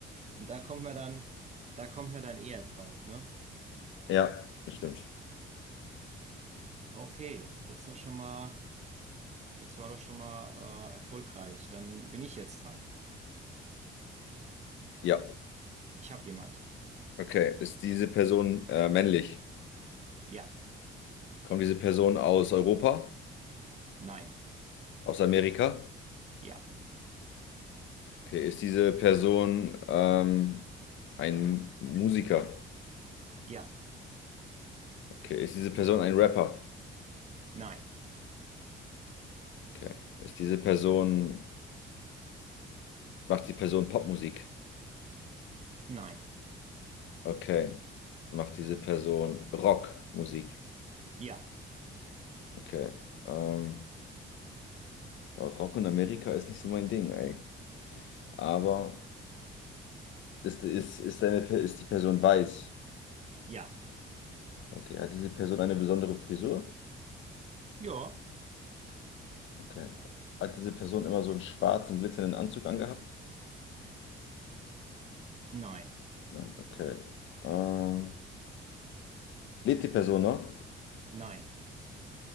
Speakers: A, on the right (about 35°); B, on the left (about 75°).
A: Und da kommt man dann, da kommt man dann eher drauf, ne?
B: Ja, stimmt.
A: Okay, das ist doch schon mal, das war doch schon mal, äh, erfolgreich. Dann bin ich jetzt dran.
B: Ja,
A: Ich habe jemand.
B: okay. Ist diese Person äh, männlich?
A: Ja,
B: Kommt diese Person aus Europa?
A: nein,
B: Aus Amerika?
A: ja,
B: Okay, ist diese Person ähm, ein Musiker?
A: ja,
B: Okay, ist diese Person ein Rapper?
A: nein,
B: Okay, ist diese Person, macht die Person Popmusik?
A: nein,
B: Okay. Macht diese Person Rockmusik.
A: ja,
B: Okay. Ähm, Rock in Amerika ist nicht so mein Ding, ey. Aber ist, ist, ist, deine, Pe- ist die Person weiß?
A: ja,
B: Okay. Hat diese Person eine besondere Frisur?
A: ja,
B: Okay. Hat diese Person immer so einen schwarzen, glitzernden Anzug angehabt?
A: nein,
B: Nein. Okay. Ähm, lebt die Person noch?
A: nein,